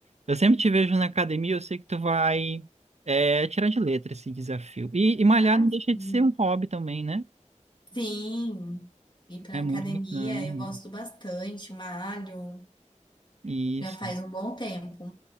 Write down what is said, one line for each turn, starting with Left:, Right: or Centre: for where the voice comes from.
Right: Eu sempre te vejo na academia, eu sei que tu vai é, tirar de letra esse desafio. E, e malhar
Left: Ah,
Right: não deixa
Left: sim.
Right: de ser um hobby também, né?
Left: Sim, ir para
Right: É
Left: academia
Right: muito bacana.
Left: eu gosto bastante, malho,
Right: Isso.
Left: já faz um bom tempo.